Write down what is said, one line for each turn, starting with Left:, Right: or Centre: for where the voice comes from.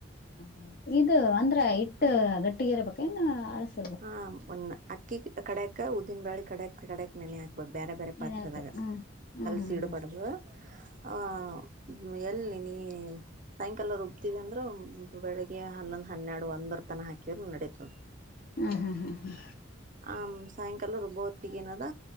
Left: ಹ ಇದು ಅಂದ್ರೆ ಇಟ್ಟ ಗಟ್ಟಿಗೆ ಇರಬೇಕ ನ್ ಅಳ್ಸ
Right: ಹಾ ಒನ್ ಅಕ್ಕಿ ಕಡಕ್ ಉದ್ದನ್ ಬಾಳಿ ಕಡಕ್ ಕಡಕ್ ನೆನೆ ಆಕ್ ಬೇರೆ ಬೇರೆ ಪಾತ್ರದಾಗ
Left: ಇರಾಕು ಹ ಹಾ
Right: ಕಲಿಸಿ
Left: ಹಾ ಹಾ
Right: ಇಡಪಡದು
Left: ಹ್ಮ್
Right: ಆ. ಹ್ಮ ಎಲ್ಲಿ ನೀ. ಸಾಯಂಕಾಲ ರುಬ್ತವಿ ಅಂದ್ರ ಬೆಳಿಗ್ಗೆ ಹನ್ನೊಂದ್ ಹನ್ನೆರಡು ಒಂದರ್ ತನ ಹಾಕಿದ್ರ ನಡತ್.
Left: ಹ್ಮ ಹ್ಮ ಹ್ಮ
Right: ಹಾಂ ಸಾಯಂಕಾಲ ರುಬ್ಬ ಹೊತ್ತಗೇನನ.